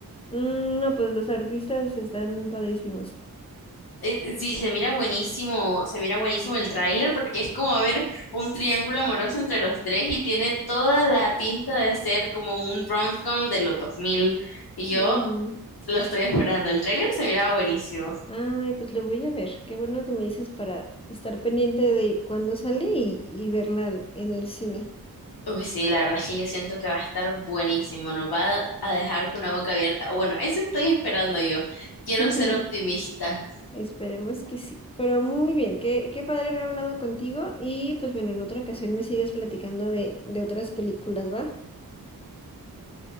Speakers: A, on the left; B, on the left.
A: Mm, no, pues los artistas están padrísimos.
B: Eh, eh, Sí, se mira buenísimo, se mira buenísimo el tráiler porque es como ver un triángulo amoroso entre los tres y tiene toda la pinta de ser como un rom-com de los dos mil Y yo
A: Ujú.
B: lo estoy esperando. El tráiler se miraba buenísimo.
A: Ay, pues lo voy a ver. Qué bueno que me dices para estar pendiente de cuándo sale y, y verla al- en el cine.
B: Uy, sí, la verdad es que yo siento que va a estar buenísimo, nos va a dejar con la boca abierta. O Bueno, eso estoy esperando yo. Quiero
A: <laughs>
B: ser optimista.
A: Esperemos que sí. Pero muy bien, qué, qué padre haber hablado contigo y pues bueno, en otra ocasión me sigas platicando de, de otras películas, ¿va?